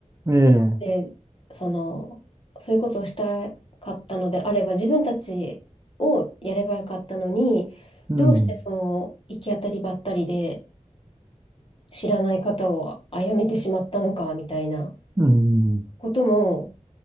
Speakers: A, on the right; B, on the left.
A: ええ、
B: で、その、そういうことをしたかったのであれば、自分たちをやればよかったのに、
A: うん、
B: どうしてその、行き当たりばったりで、知らない方を殺めてしまったのか、みたいな
A: うん、
B: ことも